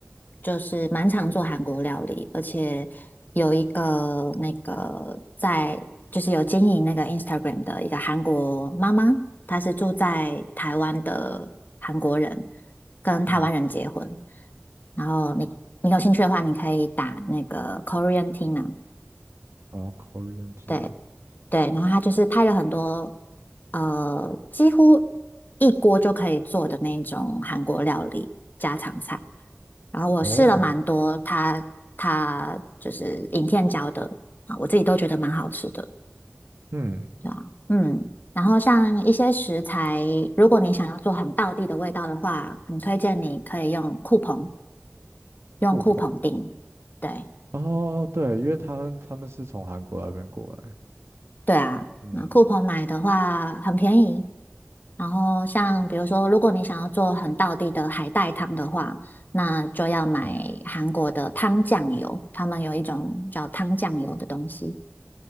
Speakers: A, on the left; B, on the right.
A: 就是蛮常做韩国料理，而且有一个那个在就是有经营那个 Instagram 的一个韩国妈妈，她是住在台湾的韩国人，跟台湾人结婚。
B: 嗯，
A: 然后你你有兴趣的话，你可以打那个 Korean Tina，
B: 哦，Korean Tina，
A: 对对，然后他就是拍了很多呃，几乎一锅就可以做的那种韩国料理家常菜。然后我试了蛮多他他就是影片教的啊，
B: 哦，
A: 我自己都觉得蛮好吃的，
B: 嗯，
A: 对啊，嗯。然后像一些食材，如果你想要做很道地的味道的话，很推荐你可以用酷澎，用酷澎订。
B: 酷鹏，
A: 对
B: 哦，对，因为他他们是从韩国那边过来，
A: 对啊，
B: 嗯，
A: 那酷澎买的话很便宜，然后像比如说，如果你想要做很道地的海带汤的话，那就要买韩国的汤酱油，
B: 哦，
A: 他们有一种叫汤酱油的东西，